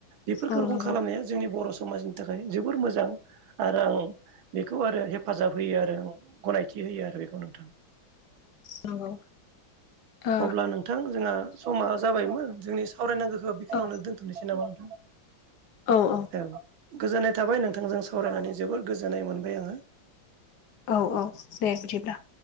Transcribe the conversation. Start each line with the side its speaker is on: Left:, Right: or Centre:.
Right: बेफोरखौ
Left: औ
Right: रोखम
Left: नंगौ
Right: खालामनाया जोंनि बर' समाजनि थाखाय जोबोर मोजां आरो आं बेखौ आरो हेफाजाब होयो आरो आं गनायथि होयो आरो बेखौ नोंथां
Left: नंगौ ओ
Right: अब्ला नोंथां जोंहा समा जाबायमोन जोंनि सावरायनांगौखौ बेखिनियावनो
Left: औ
Right: दोनथ'नोसै नामा नोंथां
Left: औ औ
Right: औ गोजोननाय थाबाय नोंथांजों सावरायनानै जोबोर गोजोननाय मोनबाय आङो
Left: औ औ दे बिदिब्ला